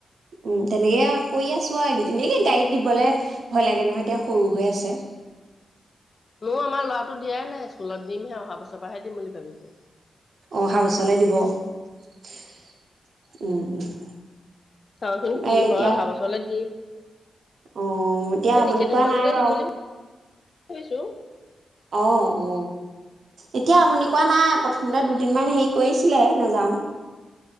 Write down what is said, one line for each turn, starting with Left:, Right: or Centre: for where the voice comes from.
Right: উম তেনেকে কৰি আছো আৰু এইকেইদিন গাড়ীত দিবলে ভয় লাগে নহয় এতিয়া সৰু হৈ আছে
Left: মইয়ো আমাৰ লৰাটো দিয়াই নাই স্কুলত দিমহে অহা বছৰ পৰাহে দিম বুলি ভাবিছোঁ
Right: অহা বছৰলৈ দিব উম উম <inaudible>
Left: চাওঁচোন কি
Right: এই
Left: হয়
Right: এতিয়া
Left: অহা বছৰলৈ দিম
Right: অ এতিয়া
Left: এ
Right: আমনি
Left: নিকেতন
Right: কৰা
Left: মানুহ
Right: নাই
Left: এটা
Right: বাৰু
Left: দিম বুলি। ছো।
Right: অ অ এতিয়া আমনি কা নাই প্ৰথমতে দুদিনমান হেৰি কৰিছিলে নাযাও।